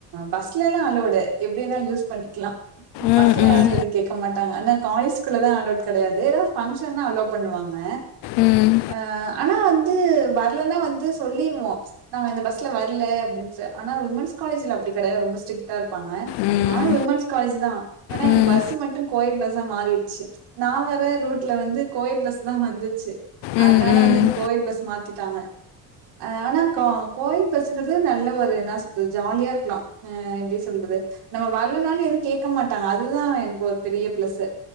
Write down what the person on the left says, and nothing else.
ம்
ம்
ம்
ம்
ம்
ம் ம்
ம்